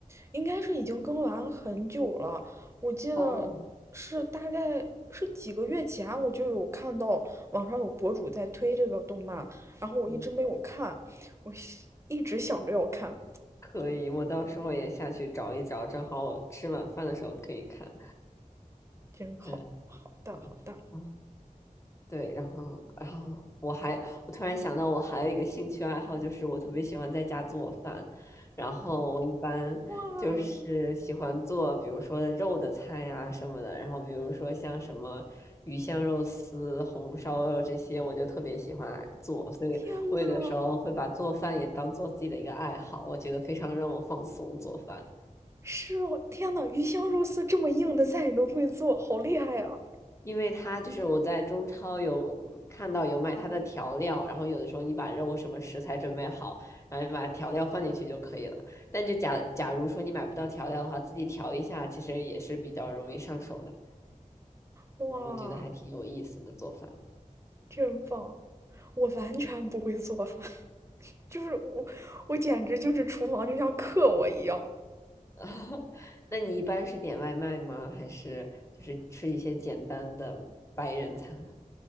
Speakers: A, on the right; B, on the left.
A: 应该是已经更完很久了。我记得是大概是几个月前，
B: 哦，
A: 我就有看到网上有博主在推这个动漫，然后我一直没有看，
B: 嗯，
A: 我一直想着要看，
B: 可以，我到时候也下去找一找，正好我吃晚饭的时候可以看。
A: 真好好大好大
B: 对对，哦，对，然后，然后我还，我突然想到，我还有一个兴趣爱好，就是我特别喜欢在家做饭。然后我一般就是喜欢做，
A: 哇！
B: 比如说肉的菜呀、什么的。然后比如说像什么鱼香肉丝、红烧肉这些，我就特别喜欢做。所以我有的时候会把做饭也当做自己的一个爱好，
A: 天呐，
B: 我觉得非常让我放松做饭。
A: 是哦，天呐，鱼香肉丝这么硬的菜你都会做，好厉害啊！
B: 因为它就是我在中超有看到有卖它的调料，然后有的时候你把肉什么食材准备好，然后你把调料放进去就可以了。但就假假如说你买不到调料的话，自己调一下，其实也是比较容易上手的。
A: 哇，
B: 然后我觉得还挺有意思的做饭。
A: 真棒！我完全不会做饭，就是我，我简直就是厨房就像克我一样。
B: <laughs> 那你一般是点外卖吗？还是就是吃一些简单的白人餐？